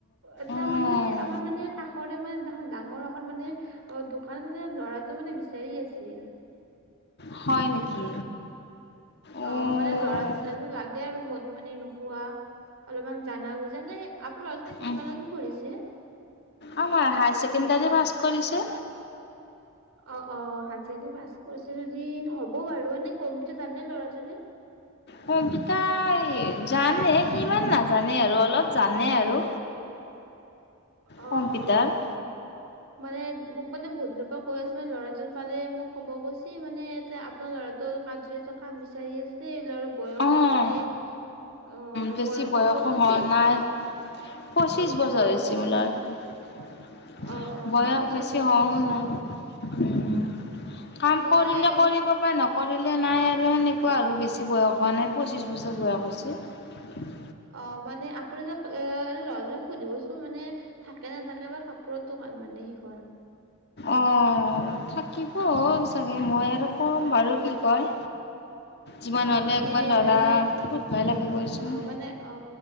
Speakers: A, on the right (about 75°); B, on the left (about 50°).
A: এটা
B: অঁ
A: মানে আমাৰ মানে কাষৰে মানে এখন ডাঙৰ এখন মানে অ দো কানীটো যে ল'ৰাটো মানে বিচাৰি আছিল।
B: হয় নেকি? উম
A: অ মানে লৰা লাগে আৰু ম'দ পানী নোখোৱা। অলপমান জানা বুজা নে, আপোনাৰ লৰাজনে কিমানলৈকে
B: উম
A: পঢ়িছে?
B: আমাৰ হায় ছেকেণ্ডাৰী পাছ কৰিছে।
A: অ, অ। হায় ছেকেণ্ডেৰী পাছ কৰিছে য দি হ'ব বাৰু। এনে কম্পিটাৰ জানে ল'ৰাজনে?
B: কম্পিটা জানে, সিমান নাজানে আৰু অলপ জানে আৰু।
A: <inaudible> অ',
B: কম্পিটাৰ।
A: অ'। মানে মোক মানে বহুত দিনৰ পৰা কৈ আছে মানে ল'ৰাজন পালে মোক ক'ব কৈছি মানে এতে আপোনাৰ লৰাটো কা যিহেতু কাম বিচাৰি আছে লৰা বয়সো
B: অঁ
A: মানে অ
B: বেছি
A: বয়সো
B: হোৱা
A: কি
B: নাই পঁচিছ
A: অ বেছি
B: বছৰ
A: বয়সো
B: হৈছে
A: হোৱা
B: মোৰ
A: নাই।
B: <inaudible>
A: অ অ
B: বয়স
A: পঁচিশ
B: বেছি
A: বছৰ
B: হোৱাও
A: হৈছে
B: নাই।
A: অ
B: উম। কাম
A: মই
B: কৰিলে কৰিব পাই, নকৰিলে নাই আৰু সেনেকুৱা আৰু বেছি বয়স হোৱা নাই। পঁচিছ বছৰ বয়স হৈছে।
A: অ মানে আপুনি তক এ এনে ল'ৰাজনক সুধিবচোন মানে থাকে নে নাথাকে বা কাপোৰত দোকান মানে সেইখন
B: অহ থাকি অঁ চাগে মই আৰু ক'ম বাৰু কি কয়? যিমান
A: অ
B: হ'লে
A: মানে
B: একবাৰ ল'ৰাটো
A: এনে
B: সুধবাই লাগিবচোন
A: অ মানে অ